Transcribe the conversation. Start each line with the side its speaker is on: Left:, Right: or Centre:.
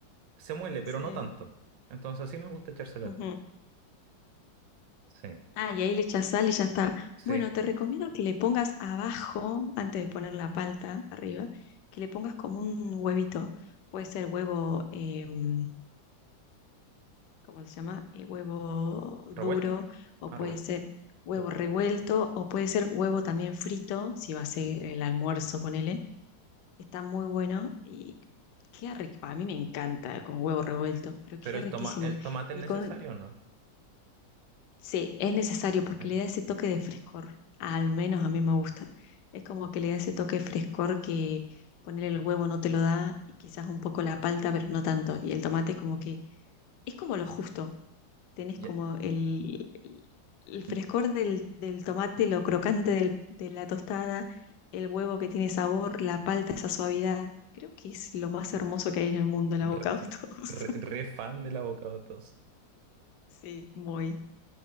Right: se muele, pero
Left: Sí,
Right: no tanto. Entonces así me gusta echársela
Left: Ujú.
Right: al pan. Sí,
Left: Ah, y ahí le echas sal y ya está.
Right: sí.
Left: Bueno, te recomiendo que le pongas abajo, antes de poner la palta arriba, que le pongas como un huevito. Puede ser huevo, em, ¿cómo se llama? Eh, huevo
Right: ¿Revuelto?
Left: duro, o
Right: Ah,
Left: puede
Right: revuelto.
Left: ser huevo
Right: Duro.
Left: revuelto, o puede ser huevo también frito, si va a ser el almuerzo, ponele. Está muy bueno y queda rico. A mí me encanta con huevo revuelto, pero queda
Right: Pero el
Left: riquísimo.
Right: toma el tomate
Left: Y
Right: es necesario,
Left: con
Right: ¿no?
Left: Sí, es necesario porque
Right: Eh,
Left: le da ese toque de frescor. Al menos a mí me gusta. Es como que le da ese toque de frescor que ponerle el huevo no te lo da y quizás un poco la palta, pero no tanto. Y el tomate es como que es como lo justo. Tenés
Right: ya.
Left: como el, el- el frescor
Right: N-
Left: del, del tomate, lo crocante del- de la tostada, el huevo que tiene sabor, la palta, esa suavidad. Creo que es lo más hermoso que hay en el mundo, el avocado
Right: Re,
Left: <laughs> toast.
Right: re- re fan del avocado toast.
Left: Sí, muy.